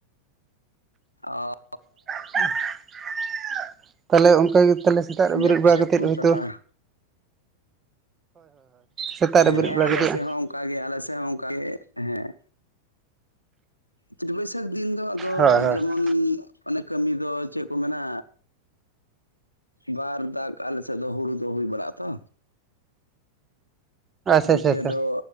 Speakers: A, on the left; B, on the right.
A: ᱚᱻ
B: <inaudible> ᱛᱟᱦᱞᱮ ᱚᱱᱠᱟᱜᱮ ᱛᱟᱦᱞᱮ ᱥᱮᱛᱟᱜ ᱨᱮ ᱵᱮᱨᱮᱫ
A: ᱡᱟᱢᱥᱮᱫᱯᱩᱨ
B: ᱵᱟᱲᱟ ᱠᱟᱛᱮᱫ ᱦᱚᱭᱛᱳ,
A: ᱴᱟᱴᱟ
B: ᱥᱮᱛᱟᱜ
A: ᱦᱮᱸ
B: ᱨᱮ ᱵᱮᱨᱮᱫ ᱵᱟᱲᱟ
A: ᱟᱞᱮ
B: ᱠᱟᱛᱮᱫ
A: ᱥᱮᱫ
B: ᱦᱳᱭ
A: ᱦᱚᱸ ᱚᱱᱠᱟᱜᱮ ᱟᱞᱮ ᱥᱮᱫ ᱦᱚᱸ ᱚᱱᱠᱟᱜᱮ ᱦᱮᱸ ᱪᱟᱹᱛ ᱵᱟᱹᱭᱥᱟᱹᱠᱷ ᱫᱤᱱ ᱫᱚ ᱟᱫᱚ
B: ᱦᱳᱭ
A: ᱡᱮᱢᱚᱱ, ᱚᱱᱮ ᱠᱟᱹᱢᱤ ᱫᱚ ᱪᱮᱫ ᱠᱚ ᱢᱮᱱᱟ ᱵᱟᱨ ᱫᱟᱜ ᱟᱞᱮᱥᱮᱫ ᱫᱚ ᱦᱩᱲᱩ ᱫᱚ ᱦᱩᱭ ᱵᱟᱲᱟᱜᱼᱟ ᱛᱚ
B: ᱟᱪᱪᱷᱟ
A: ᱢᱤᱫᱴᱮᱡ
B: ᱟᱪᱪᱷᱟ ᱟᱪᱪᱷᱟ
A: ᱫᱚ